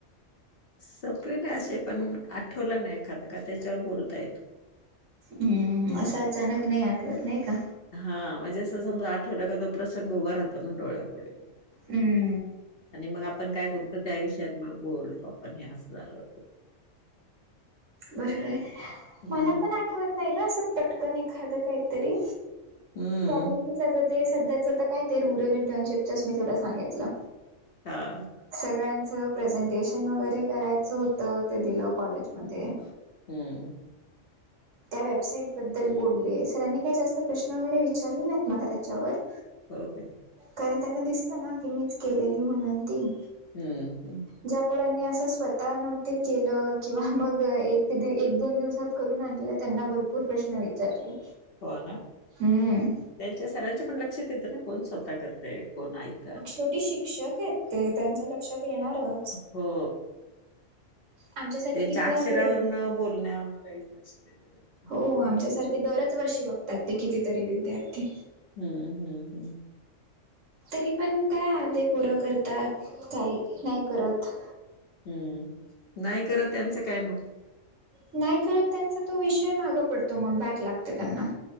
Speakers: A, on the left (about 55°); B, on the right (about 70°).
A: संपले नाय अशे पण, आठवलं ना एखादं का त्याच्यावर बोलता येत.
B: हम्म, असं अचानक नाही आठवत, नई का.
A: हा म्हणजे असं समजा, आठवला का तो प्रसंग उभा राहतो ना डोळ्यापुढं.
B: हम्म.
A: आणि मग आपण काय करतो, त्या विषयातनं बोलतो आपण हे असं झालं
B: बरोबर हे,
A: हं,
B: मला पण आठवत नाही गं असं पटकन एखादं काहीतरी.
A: हं,
B: कॉलेज दिवसाचं ते सध्याच तर काय ते रूरल इंटर्नशिपचचं मी तुला सांगितलं.
A: हा.
B: सगळ्यांचं प्रेझेंटेशन वगैरे करायचं होतं, ते दिलं कॉलेजमध्ये.
A: हम्म
B: त्या वेबसाईट बद्दल बोलले सरांनी काही जास्त प्रश्न वगैरे विचारले नाहीत नां त्याच्यावर.
A: ओके
B: कारण त्यांना दिसता ना की मीच केलेली म्हणून ती.
A: हम्म हम्म
B: ज्या पोरांनी असं स्वतः नव्हत केलं किंवा मग. एक दोन दिवसात करून आणलेला त्यांना भरपूर प्रश्न व- - चारलं
A: हो ना.
B: हम्म
A: त्यांच्या सरांच्या पण लक्षात येतं ना कोण स्वतः करतेय कोण ऐकतय.
B: ते शेवटी शिक्षक आहेत ते त्यांच्या लक्षात येणारं.
A: हो
B: आमच्या सारखे
A: त्यांच्या
B: किती
A: अक्षरावरनं
B: असेल
A: बोलण्यावरनं लगेच लक्षात येतं त्यांच्या.
B: हो आमच्यासारखे
A: हं,
B: दरच वर्षी बघ- - त्यात ते कितीतरी विद्यार्थी.
A: हम्म हम्म हम्म
B: तरी पण काय अर्धे पोरं करतात. काही नाही करत
A: हम्म नाही करत त्यांचं काय मग,
B: नाही करत त्यांचा तो विषय माग पडतो मग बॅक लागते त्यांना.